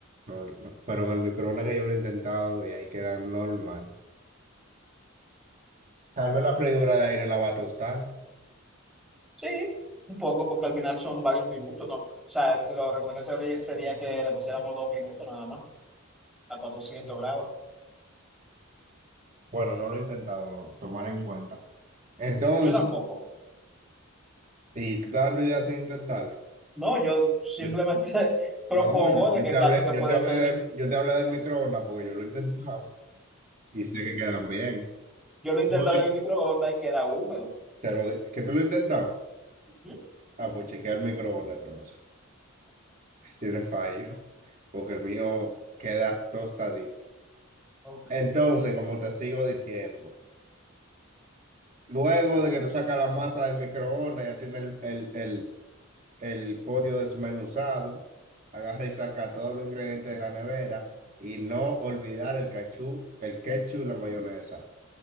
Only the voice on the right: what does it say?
No, no, Pero en el microondas que yo lo he intentado y ahí queda normal. Tal vez la freidora de aire la va a tostar.
Bueno, no lo he intentado, lo tomaré en cuenta. Entonces,
¿y tú estás dando ideas sin intentarlo?
Yo,
no, yo,
yo
te
hablé,
yo
te hablé
de- yo te hablé del microondas porque yo lo he intentado y sé que quedan bien.
No, yo-
Te lo, di- ¿que tú lo has intentado?
Ah, pues chequea el microondas entonces. Tiene fallo, porque el mío queda tostadito.
Entonces, como te sigo diciendo, luego
de que tú sacas la masa del microondas, ya tienes el, el, el, el pollo desmenuzado, agarra y saca todos los ingredientes de la nevera y no olvidar el cachú, el ketchup y la mayonesa.